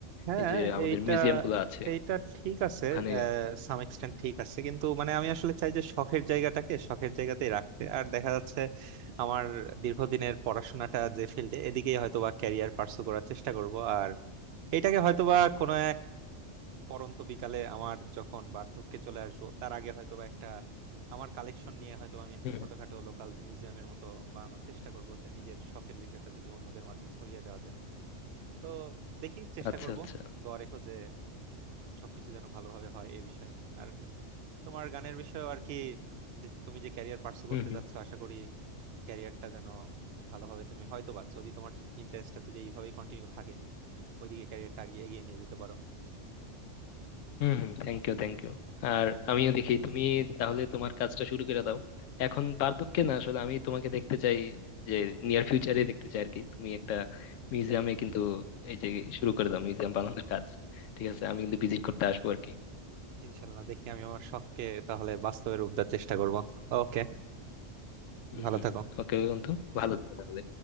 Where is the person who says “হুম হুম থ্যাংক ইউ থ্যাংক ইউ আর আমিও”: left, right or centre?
Left